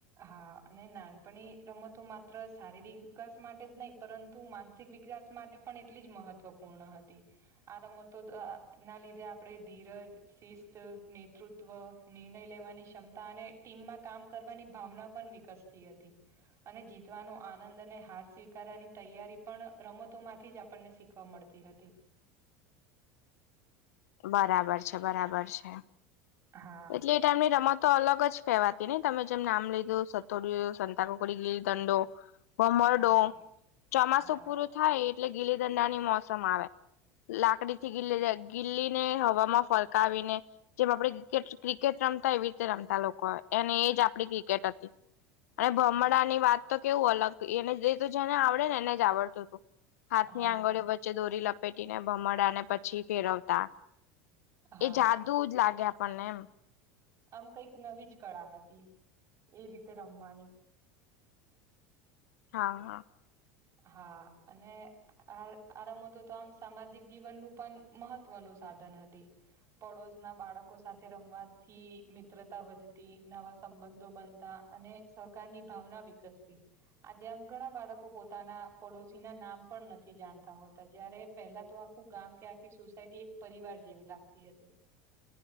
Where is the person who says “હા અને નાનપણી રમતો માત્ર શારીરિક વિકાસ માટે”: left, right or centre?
Right